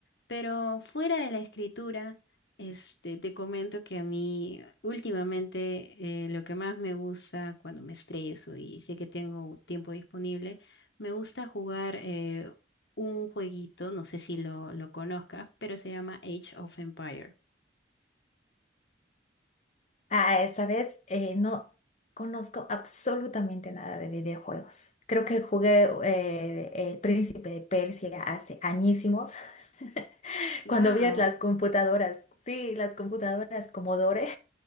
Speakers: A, on the left; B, on the left.
A: Pero fuera de la escritura, este, te comento que a mí últimamente eh, lo que más me gusta cuando me estreso y sé que tengo tiempo disponible, me gusta jugar eh, un jueguito, no sé si lo, lo conozcas, pero se llama Age of Empire.
B: Ah, esa vez eh, no conozco absolutamente nada de videojuegos. Creo que jugué eh, El Príncipe de Persia hace añísimos. <laughs>
A: Wow.
B: Cuando vi las computadoras, sí, las computadoras Commodore,